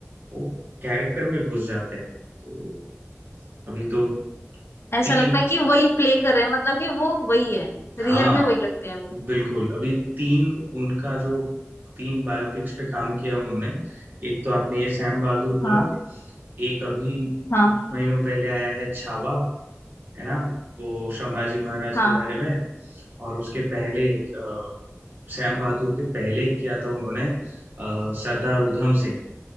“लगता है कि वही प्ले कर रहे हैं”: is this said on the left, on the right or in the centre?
Left